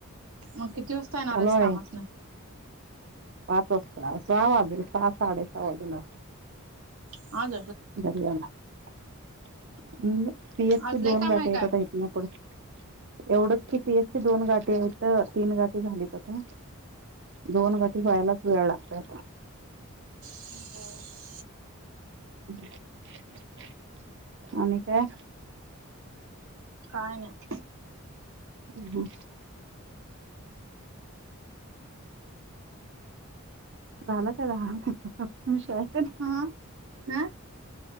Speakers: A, on the right; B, on the right.
A: मग किती वाजता येणार
B: चालू
A: आहेस
B: आहे
A: कामासन?
B: पाच वाजता, सहा वाजे सहा, साडे सहा वाजेला.
A: आग
B: <unintelligible> पी एफ
A: आज
B: चे
A: लय
B: दोन
A: काम
B: गाटे
A: आहे का
B: येतात आहेत ना पुढं एवढंच की पी एस ची दोन गाठीे होतं, तीन गाटी झालीत आता. दोन गाठी व्हायलाच वेळ लागतयं.
A: बरं बरं
B: <inaudible> आणि काय?
A: काय नाय.
B: हम् हम झालं काय <unintelligible> विषय?
A: हं हं